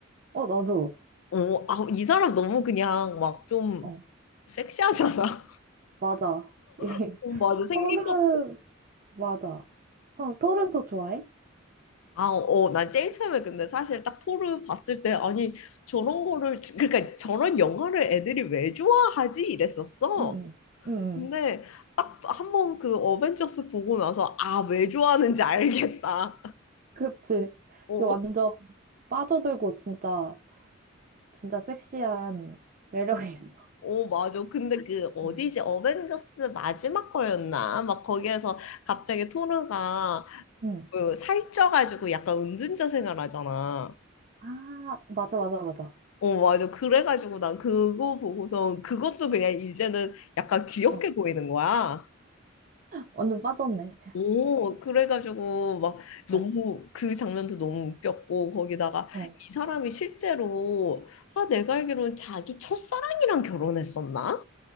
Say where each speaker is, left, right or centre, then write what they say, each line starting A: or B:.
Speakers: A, on the right; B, on the left.
A: 어, 나도.
B: 어, 아, 이 사람 너무 그냥 막 좀
A: 어,
B: 섹시하잖아.
A: 맞아. <laughs> 이
B: <laughs> 어, 맞아. 생긴
A: 토르,
B: 것
A: 맞아. 그럼 토르도 좋아해?
B: 아, 어, 난 제일 처음에 근데 사실 딱 토르 봤을 때 아니 저런 거를 그러니까 저런 영화를 애들이 왜 좋아하지 이랬었어.
A: 응, 응, 응. 응.
B: 근데 딱 한번 그 어벤져스 보고 나서 아, 왜 좋아하는지 알겠다.
A: 그치.
B: 어,
A: 이거 완전 빠져들고 진짜, 진짜 섹시한 매력이 있어.
B: 어, 맞아. 근데 그 어디지?
A: 어.
B: 어벤져스 마지막 거였나? 막 거기에서 갑자기 토르가
A: 응.
B: 그 살쪄가지고 약간 은둔자 생활하잖아.
A: 아, 맞아, 맞아, 맞아.
B: 어, 맞아. 그래가지고 난 그거 보고서 그것도 그냥 이제는 약간 귀엽게
A: 어,
B: 보이는 거야.
A: 완전 빠졌네.
B: 오, 그래가지고 막
A: 어,
B: 너무 그 장면도 너무 웃겼고 거기다가
A: 어.
B: 이 사람이 실제로 아 내가 알기로는 자기 첫사랑이랑 결혼했었나?